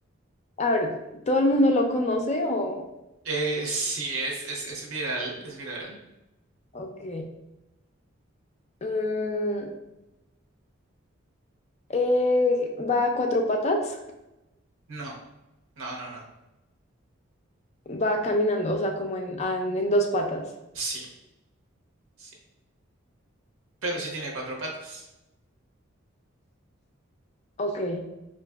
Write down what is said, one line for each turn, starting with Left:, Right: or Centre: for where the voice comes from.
Left: a ver, ¿todo el mundo lo conoce o...?
Right: Eh, sí, es, es, es viral, es viral.
Left: Ok. Mm, eh, ¿va a cuatro patas?
Right: No, no, no, no.
Left: Va caminando, o sea, como en, an- en dos patas.
Right: Sí, sí. Pero sí tiene cuatro patas.
Left: Ok.